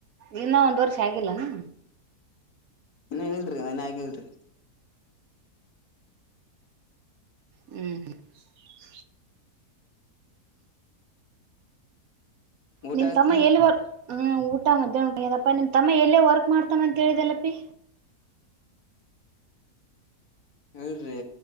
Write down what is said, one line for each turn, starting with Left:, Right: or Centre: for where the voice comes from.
Right: ಇನ್ನ ಒಂದ್ ವರ್ಷ ಆಗಿಲ್ಲಾನು
Left: ಇನ್ನ ಇಳ್ರಿ ಮನ್ಯ ಆಗಿಳ್ರಿ
Right: ಹ್ಮ್ ಹ್ಮ್ <unintelligible>
Left: ಊಟ
Right: ನಿಮ್ಮತಮ್ಮ
Left: ಆಯ್ತ್ರಿ
Right: ಎಲ್ಲಿು ಓದ್ ಹ್ಮ್ ಊಟ ಮಧ್ಯಾಹ್ನ ಊಟದಪ್ಪ ನಿಮ್ ತಮ್ಮ ಎಲ್ಲೇ ವರ್ಕ್ ಮಾಡ್ತಾನ ಅಂತ ಹೇಳಿದಲ್ಲಪಿ
Left: ಇಲ್ರಿ